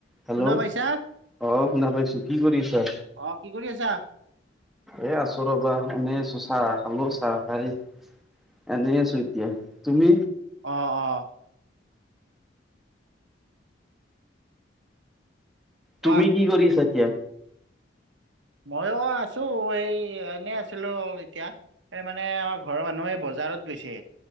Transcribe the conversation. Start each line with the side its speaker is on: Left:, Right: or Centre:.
Centre: হেল্ল'
Right: শুনা পাইছা?
Centre: আ শুনা পাইছো কি কৰি আছা?
Right: অ', কি কৰি আছা?
Centre: এ আছো ৰবা এনেই আছো চাহ খালো চাহ খাই এনে আছো এতিয়া তুমি?
Right: অ-অ কোৱা
Centre: তুমি কি কৰিছা এতিয়া?
Right: মইো আছো এই এনেই আছিলো এতিয়া৷ এই মানে আমাৰ ঘৰৰ মানুহে বজাৰত গৈছে